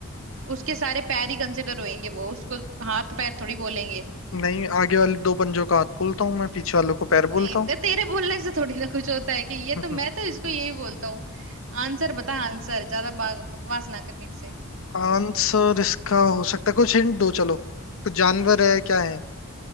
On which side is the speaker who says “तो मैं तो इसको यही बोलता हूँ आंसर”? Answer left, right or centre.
Right